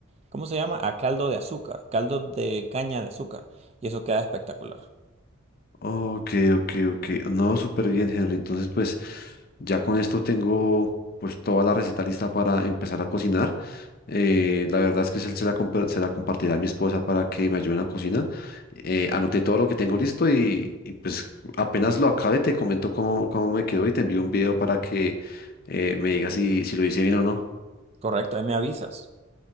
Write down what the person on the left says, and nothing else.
Ok, ok, ok. No, súper bien, Henry. Entonces, pues ya con esto tengo pues toda la receta lista para empezar a cocinar. Eh, la verdad es que se, se la, compa- se la compartiré a mi esposa para que me ayude en la cocina. Eh, anoté todo lo que tengo listo y, y, pues apenas lo acabe te comento cómo, cómo me quedó y te envío un video para que eh, me digas si, si lo hice bien o no.